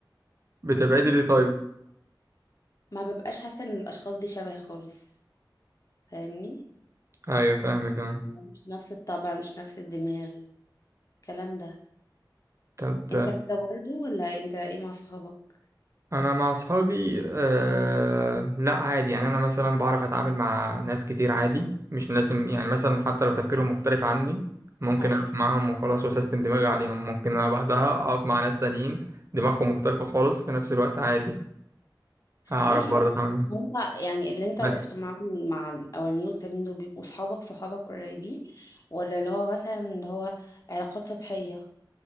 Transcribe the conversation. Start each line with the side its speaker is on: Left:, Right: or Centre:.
Right: بتبعدي ليه طيب
Left: ما ببقاش حاسة ان الاشخاص دي شبهي خالص فاهمني
Right: ايوه فاهمك أنا.
Left: مش نفس الطبع مش نفس الدماغ الكلام ده
Right: طب
Left: انت كده برضو ولا انت ايه مع صحابك
Right: انا مع اصحابي آه لا عادي يعني انا مثلا بعرف اتعامل مع ناس كتير عادي مش لازم يعني مثلا حتى لو تفكيرهم مختلف عني ممكن
Left: ايوه
Right: اقف معاهم وخلاص واسيستم دماغي عليهم ممكن أنا بعدها اقف مع ناس تانيين دماغهم مختلفة خالص في نفس الوقت عادي هعرف
Left: ماشي
Right: برضه
Left: بس
Right: اتعامل معاهم
Left: هما يعني اللي انت
Right: بس
Left: وقفت معاهم مع الاولانيين والتانيين دول بيبقوا صحابك صحابك قريبين ولا اللي هو مثلا اللي هو علاقات سطحية